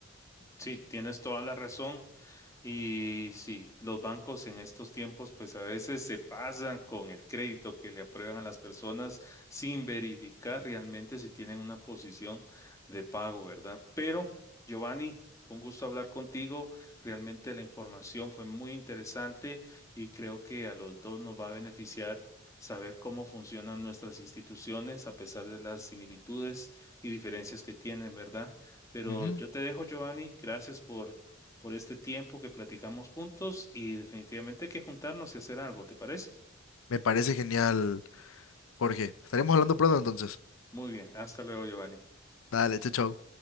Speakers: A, on the left (about 15°); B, on the left (about 85°).
A: sí, tienes toda la razón. Y sí, los bancos en estos tiempos pues a veces se pasan con el crédito que le aprueban a las personas sin verificar realmente si tienen una posición de pago, ¿verdad? Pero Giovanni, un gusto hablar contigo. Realmente la información fue muy interesante y creo que a los dos nos va a beneficiar saber cómo funcionan nuestras instituciones a pesar de las similitudes y diferencias que tienen, ¿verdad? Pero
B: Ujú.
A: yo te dejo, Giovanni. Gracias por por este tiempo que platicamos juntos y definitivamente hay que juntarnos y hacer algo, ¿te parece?
B: Me parece genial, Jorge. Estaremos hablando pronto entonces.
A: Muy bien, hasta luego, Giovanni.
B: Dale, chao, chao.